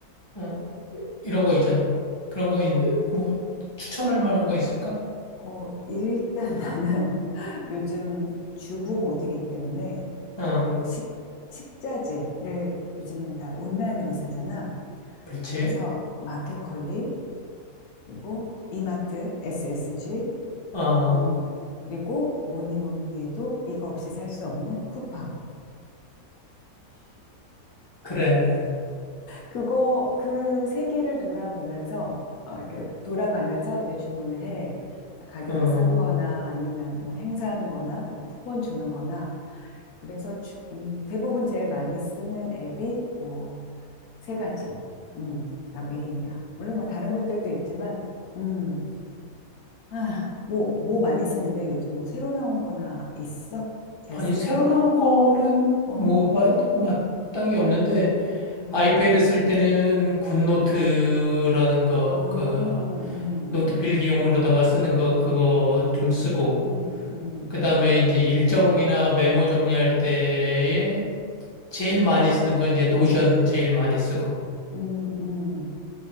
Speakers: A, on the left; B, on the left.
A: 어, 이런 거 있잖아. 그런 거, 있- 뭐, 추천할 만한 거 있을까?
B: 어, 일단 <laughs> 나는 요즘 주부 모드이기 때문에
A: 어,
B: 그 식, 식자재를 요즘은 다 온라인으로 사잖아.
A: 그렇지.
B: 그래서 마켓컬리, 그리고 이마트, SSG,
A: 어,
B: 음, 그리고 뭐니 뭐니 해도 이거 없이 살 수 없는 쿠팡.
A: 그래.
B: 그거 그 세계를 돌아보면서 어, 이렇게 돌아가면서 이제 주문을 해. 그래서 가격이
A: 어.
B: 싼 거나 아니면 뭐 행사하는 거나 뭐 쿠폰 주는 거나 그래서 주- 음, 대부분 제일 많이 쓰는 앱이 그 세 가지. 음, 가 메인이야. 물론 뭐 다른 것들도 있지만 음. 아, 뭐 뭐 많이 쓰는데 요즘 뭐 새로 나온 거나 있어? 잘
A: 아니,
B: 쓰는
A: 새로
B: 거?
A: 나온 거는
B: 어.
A: 뭐, 마, 마땅히 없는데,
B: 음.
A: 아이패드 쓸 때는 굿노트라는 거,
B: 아, 어,
A: 그,
B: 음.
A: 노트 필기용으로다가 쓰는 거, 그거 좀 쓰고,
B: 음, 음.
A: 그 다음에 이제 일정이나 메모 정리할 때에 제일 많이 쓰는 건 이제 노션 제일 많이 쓰고,
B: 음, 음.